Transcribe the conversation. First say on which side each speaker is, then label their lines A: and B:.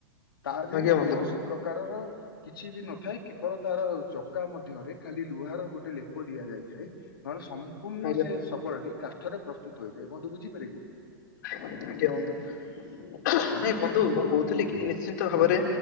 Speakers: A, on the left; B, on the left.
A: ତା ଦେହରେ
B: ଆଜ୍ଞା ବନ୍ଧୁ
A: କୌଣସି ପ୍ରକାରର କିଛି ବି ନଥାଏ କେବଳ ତାର ଚକା ମଧ୍ୟରେ ଖାଲି ଲୁହାର ଗୋଟେ ଲେପ ଦିଆଯାଇ ଥାଏ ନହେଲେ ସମ୍ପୂର୍ଣ୍ଣ
B: ଆଜ୍ଞା
A: ସେ
B: ବନ୍ଧୁ,
A: ଶଗଡ଼ଟି କାଠରେ ପ୍ରସ୍ତୁତ ହୋଇଥାଏ ବନ୍ଧୁ ବୁଝିପାରିଲେ?
B: ଆଜ୍ଞା ବନ୍ଧୁ ହୁ ହୁ
A: ଆଜ୍ଞା।
B: ନାଇଁ ବନ୍ଧୁ ମୁଁ କହୁଥିଲି କି ନିଶ୍ଚିନ୍ତ ଭାବରେ